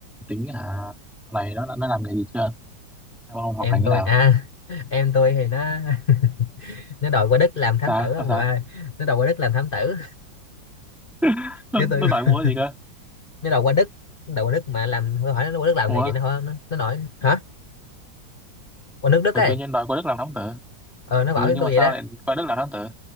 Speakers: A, in the centre; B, on the left.
A: tính hả? Này nó, nó làm nghề gì chưa? Em ông học
B: em
A: hành thế
B: tôi
A: nào?
B: à <laughs> em tôi thì nó <laughs> nó đòi qua Đức làm thám
A: Sao?
B: tử ông
A: Nó sao?
B: nội ơi nó đòi qua Đức làm thám tử
A: <laughs> Nó,
B: cái tôi
A: nó đòi mua
B: <laughs>
A: cái gì cơ?
B: nó đòi qua Đức nó đòi qua Đức mà làm tôi hỏi nó qua Đức làm
A: Ủa,
B: nghề gì nó hỏi nó, nó nói hả qua nước Đức
A: ừ,
B: ấy
A: tự nhiên đòi qua Đức làm thám tử.
B: ờ nó
A: Ừ,
B: bảo với
A: nhưng
B: tôi
A: mà sao
B: vậy đó
A: lại qua Đức làm thám tử?